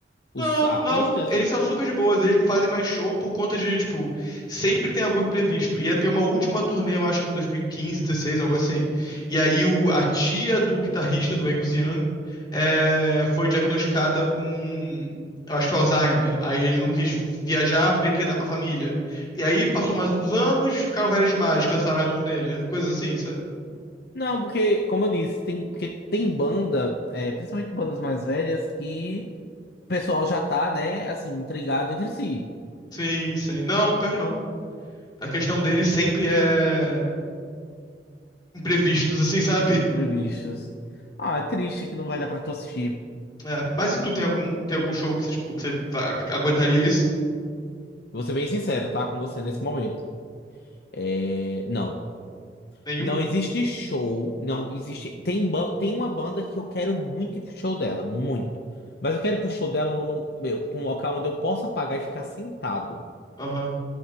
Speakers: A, on the left (about 60°); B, on the left (about 25°).
A: os
B: Não,
A: artistas.
B: não, eles são super de boas, eles não fazem mais show por conta de, tipo, sempre tem algum imprevisto. Ia ter uma última
A: Uhum.
B: turnê, eu acho que em 2015, 16, algo assim. E aí o, a tia do guitarrista do Angus Young eh, foi diagnosticada com, eu acho que foi Alzheimer. Aí ele não
A: Uhum.
B: quis viajar porque ele queria estar com a família. E aí passou
A: Uhum.
B: mais uns anos, ficaram velhos demais, cancelaram a turnê, coisas assim, sabe?
A: Não, porque, como eu disse, tem, porque tem banda, é, principalmente bandas mais velhas, que o pessoal já tá, né, assim, intrigado entre si.
B: Sim, sim. Não, pior que não. A questão deles sempre é imprevistos, assim, sabe?
A: Imprevistos. Ah, é triste que não vai dar pra tu assistir.
B: É, mas e tu, tem algum, tem algum show que você, tipo, que você fa- que aguentaria isso?
A: Vou ser bem sincero, tá? Com você nesse momento. É, não.
B: Nenhum?
A: Não existe show, não existe. Tem, ba- tem uma banda que eu quero muito ir pro show dela, muito. Mas eu quero ir pro show dela num, meu, pra um local onde eu possa pagar e ficar sentado.
B: Aham.